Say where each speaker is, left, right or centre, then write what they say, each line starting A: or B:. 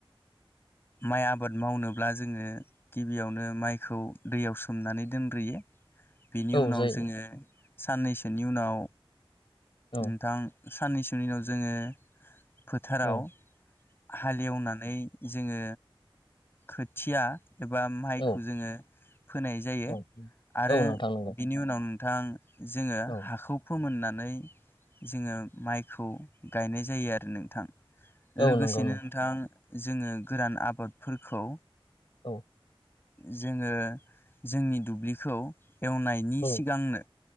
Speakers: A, on the left; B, on the left.
A: <unintelligible>
B: माइ आबाद मावनोब्ला जोङो गिबियावनो माइखौ दैयाव सोमनानै दोनग्रोयो बेनि
A: औ
B: उनाव
A: जायो
B: जोङो साननैसोनि उनाव
A: औ
B: नोंथां साननैसोनि उनाव जोङो फोथाराव
A: औ
B: हालेवनानै जोङो खोथिया एबा माइखौ
A: औ
B: जोङो फोनाय जायो
A: औ
B: आरो
A: औ नोंथां नंगौ
B: बिनि उनाव नोंथां जोङो
A: औ
B: हाखौ फोमोननानै जोङो माइखौ गायनाय जायो आरो नोंथां।
A: औ
B: लोगोसेनो
A: नंगौ
B: नोंथां जोङो गोरान आबादफोरखौ
A: औ।
B: जोङो जोंनि दुब्लिखौ एवनायनि
A: औ
B: सिगांनो